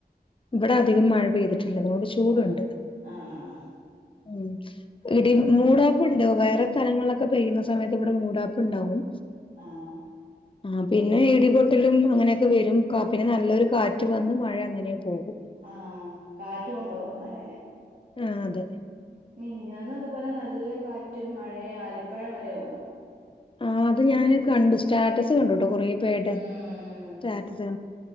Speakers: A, on the left (about 30°); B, on the right (about 55°).
A: ഇവിടെ അധികം മഴ പെയ്തിട്ടില്ല അതുകൊണ്ട് ചൂടുണ്ട്
B: ആഹ് ആഹ്
A: ഉം ഇടി മൂട ഉണ്ട് വേറെ സ്ഥലങ്ങളിലൊക്കെ പെയ്യുന്ന സമയത്ത് ഇവിടെ മൂടാപ്പ് ഉണ്ടാവും
B: ആഹ്
A: ആ പിന്നെ
B: പെയ്യുന്നില്ല
A: ഇടിപൊട്ടലും അങ്ങനൊക്കെ വരും കാ പിന്നെ
B: ആ
A: നല്ലൊരു കാറ്റ് റ്റു വന്ന് മഴ അങ്ങനെ പോകും
B: ആഹ് കാറ്റു കൊണ്ടോവാ മഴേനെ
A: ആഹ് അതെ
B: മിനിഞ്ഞന്ന് അതുപോലെ നല്ല കാറ്റും മഴയും ആലിപ്പഴം വരെ വീണു
A: ആഹ് അത് ഞാന് കണ്ടു സ്റ്റാറ്റസ് കണ്ടുട്ടോ കൊറ പേരുടെ
B: ഉം ഉം
A: സ്റ്റാറ്റസ്